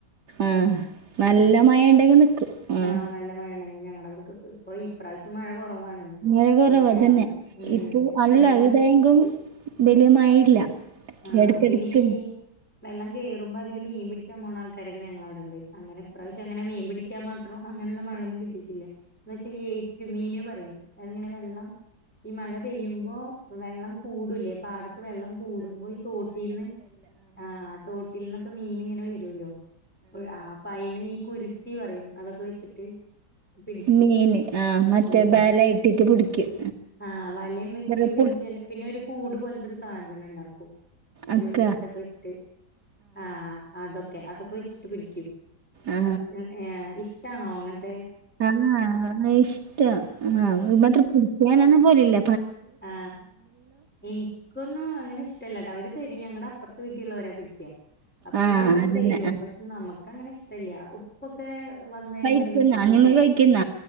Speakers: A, on the right; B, in the centre.
A: ആ നല്ല
B: ആ
A: മഴേണ്ടെങ്കിൽ നിക്കും ഉം..
B: ആഹ് നല്ല മഴ ണെ ഞങ്ങടവിടക്കൊക്കെ ഇപ്പൊ ഇപ്രാവശ്യം മഴ കൊറവാണ്
A: മഴ കുറവ്തന്നെ.
B: അങ്ങനെ കേറാൻ മാത്രം ഉം
A: ഇപ്പൊ അല്ല
B: ഞങ്ങടെ
A: ഇവിടെയെങ്കും
B: അടു
A: വല്യ മഴയില്ല
B: ആ
A: എടക്കെടക്ക്ണ്ട്.
B: പിന്നീ വെള്ളം കേറുമ്പോ അതില് മീൻ പിടിക്കാൻ പോണ ആൾക്കാരൊക്കെ ഞങ്ങടവിടെണ്ട്. അങ്ങനെ ഇപ്രാവശ്യം അങ്ങനെ മീൻ പിടി- ക്കാൻ മാത്രം അങ്ങനെയുള്ള മഴന്നും കിട്ടിട്ടില്ല. എന്ന് വെച്ചാ ഏറ്റുമീന് പറയും അങ്ങനെ വെള്ളം ഈ മഴ പെയ്യുമ്പോ വെള്ളം കൂടൂലേ, പാടത്ത് വെള്ളം കൂടുമ്പോ ഈ തോട്ടീന്ന് ആ തോട്ടിൽന്നൊക്കെ മീനിങ്ങനെ വരൂലോ ആ അപ്പയ്നി ഈ കുരുത്തി പറയും, അതൊക്കെ വെച്ചിട്ട് പിടിക്കും.
A: മീന് ആ മറ്റേ
B: ഉം..
A: ബല ഇട്ടിട്ട് പിടിക്കും
B: ആ വലയും വെക്കും
A: ചെറുപ്പുൾ
B: പിന്നെ ചെല പിന്നൊരു കൂട് പോൽത്തൊരു സാധനം ണ്ടാക്കും ഒ ഒരു
A: അക്ക
B: തൊക്കെ വെച്ചിട്ട് ആ അതൊക്കെ അതൊക്കെ വെച്ചിട്ട് പിടിക്കും.
A: ആ
B: പക്ഷെ ഏ ഇഷ്ടാണോ അങ്ങൻത്തെ
A: ആ ഇഷ്ടാ.. ഇ മാത്ര പിടിക്കാൻ ഒന്നും പോവലില്ല
B: ആ എനിക്കൊന്നും അങ്ങനെ ഇഷ്ടല്ലട്ടവര് തരും ഞങ്ങളുടെ അപ്പുറത്ത് വീട്ടിലുള്ളവരാ പിടിക്കുക അപ്പൊ
A: ആ
B: അവര് നമുക്ക്
A: അതന്നെ
B: തരും
A: അത്
B: പക്ഷേ നമുക്ക് അങ്ങനെ ഇഷ്ടല്യ. ഉപ്പൊക്കെ വന്നിണ്ടെങ്കി
A: കഴിക്കുന്ന
B: ഉപ്പാക്കൊക്കെ
A: നിങ്ങൾ
B: കൊടുക്കും
A: കഴിക്കുന്ന